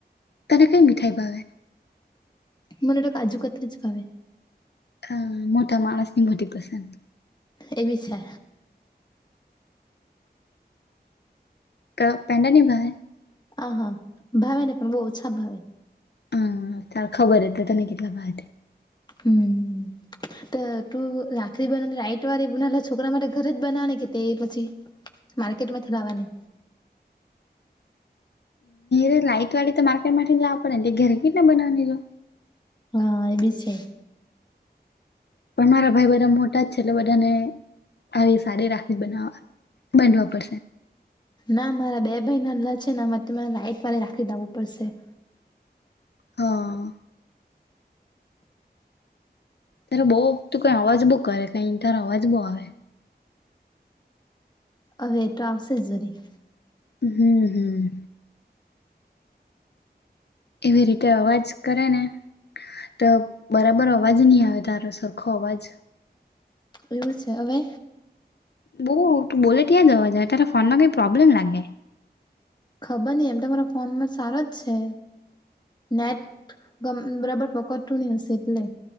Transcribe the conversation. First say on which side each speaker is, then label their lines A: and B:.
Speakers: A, on the left; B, on the left.
A: તને કઇ મીઠાઈ ભાવે
B: મને તો કાજુકતરી જ ભાવે.
A: હ મોટા માણસ ની મોટી પસંદ.
B: એવી છે.
A: ક પેન્ડા નિ ભાવે
B: આ હા ભાવે ને પણ બહુ ઓછા ભાવે.
A: હમ ચાલ ખબર એ તો તને કેટલા ભહ તે.
B: હમ. તું રાખડી બનાને રાઈટ વાળી નના છોકરા માટે ઘરે જ બનાને કે તે પછી માર્કેટ માં થી લાવાની
A: રે લાઈટ વાળી તો માર્કેટ માટે જ પડેને ઘરે કેટલા બનાવાની એ તો
B: હા એ બી છે.
A: પણ મારા ભાઈ બધા મોટા જ છે એટલે બધાને આવી સારી રાખડી બનાવ બાનવા પડશે.
B: ના મારા બે ભાઈ નાના છે નેરે તમારે રાઈટ વાળે રાખડી દવું પડશે.
A: હા. ત્યારે બહુું કઈ અવાજ બહુ કરે કઈ તારો અવાજ બહુ આવે.
B: અવ એ તો આવશે ઝરી
A: હમ, હમ. એવી રીતે અવાજ કરે ને, તો બરાબર અવાજ ની આવે તારો સરખો અવાજ.
B: એવું છે, અવે?
A: બઉ, તું બોલે ત્યા જ અવાજ આવે. તારા ફોનમાં કઈ પ્રોબ્લેમ લાગે.
B: ખબર ની, એમ તો મારા ફોનમાં સારો જ છે. નેટ ગમ બરાબર પકડતુ ની હશે એટલે